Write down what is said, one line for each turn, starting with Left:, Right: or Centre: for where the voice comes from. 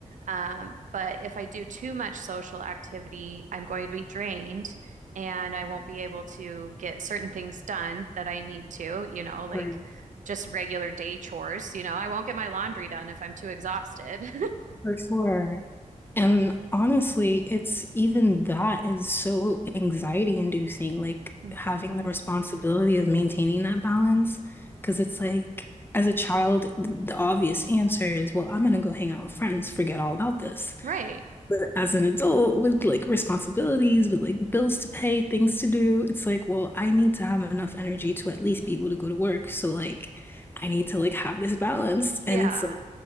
Right: Um, but if I do too much social activity, I'm going to be drained and I won't be able to get certain things done that I need to, you know, like
Left: <laughs> Right.
Right: just regular day chores. You know, I won't get my laundry done if I'm too exhausted.
Left: for sure. And honestly, it's even that is so anxiety inducing, like
Right: <laughs>
Left: having
Right: hmm
Left: the responsibility of maintaining that balance. Because it's like, as a child, th- the obvious answer is, well, I'm going to go hang out with friends, forget all about this.
Right: Right.
Left: But as an adult with like responsibilities, with like bills to pay, things to do, it's like, well, I need to have enough energy to at least be able to go to work. So, like, I need to like have this balance.
Right: Yeah.
Left: And it's like,